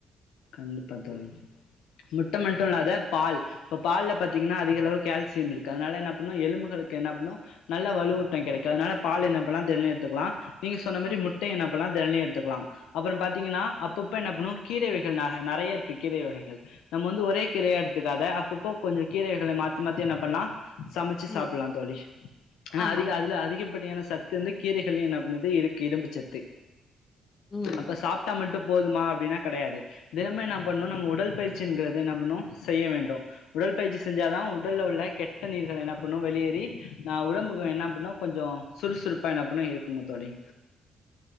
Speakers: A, on the left; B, on the left.
A: கண்டிப்பா தோழி முட்ட மட்டு இல்லாத பால் இப்ப பால்ல பாத்தீங்கன்னா அதிகளவு கால்சியம் இருக்கு அதனால என்ன பண்ணு எலும்புகளுக்கு என்ன பண்ணு நல்ல வலுவூட்டோ கெடைக்கு அதனால பால் எண்ண பண்லா தெனோ எட்த்துக்லா நீங்க சொன்ன மாரி
B: ம்
A: முட்ட என்னப்பண்லா தெனியு எட்த்துக்குலா அப்புறோ பாத்தீங்கன்னா அப்பப் ப்ப என்ன பண்ணு கீரை வகைகள் நக நறைய இருக்கு கீரை வகைகள் நம்ம வந்து ஒரே கீரையா எடுத்துக்காத அப்பப்போ கொஞ்சோ கீரைகளை மாத்தி மாத்தி என்ன பண்லா சமச்சு
B: ம்
A: சாப்பில்லா தோழி ஏனா
B: ஆமா
A: அதிக அதுல அதிகப்படியான சத் து வந்து கீரைகள்யு என்னாப்பண்ணுது இருக்கு இரும்புச்சத்து
B: ம்
A: அப்ப சாப்ட்டா மட்டு போதுமா அப்டினா கெடையாது தினமு என்ன பண்ணு நம்ம உடல் பயிற்சிங்கறத என்ன பண்ணு செய்ய வேண்டும் உடல் பயிற்சி செஞ்சாதா உடல்ல உள்ள கெட்ட நீர்கள் என்ன பண்ணு வெளியேறி நா உடம்புக்கு
B: ம்
A: என்ன பண்ணு கொஞ்சோ சுறுசுறுப்பா என்ன பண்ணு இருக்குங்க தோழி